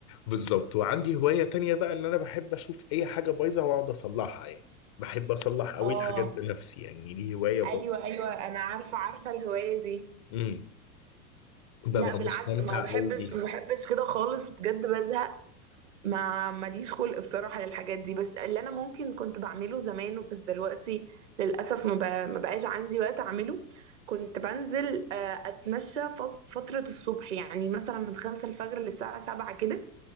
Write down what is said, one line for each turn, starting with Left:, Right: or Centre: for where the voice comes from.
Left: بالظبط وعندي هواية تانية بقى ان انا بحب اشوف اي حاجة بايظة واقعد اصلحها يعني بحب اصلح قوي
Right: اه
Left: الحاجات بنفسي يعني دي هواية برضه
Right: ايوه ايوه انا عارفة عارفة الهواية دي
Left: امم ببقى
Right: لا بالعكس
Left: مستمتع
Right: ما بحبش
Left: قوي بيها
Right: ما بحبش كده خالص بجد بزهق ما ماليش خلق بصراحة للحاجات دي بس اللي انا ممكن كنت بعمله زمان بس دلوقتي للأسف ما بقى- ما بقاش عندي وقت اعمله كنت بنزل آه، اتمشى فق- فترة الصبح يعني مثلا من خمسة الفجر للساعة سبعة كده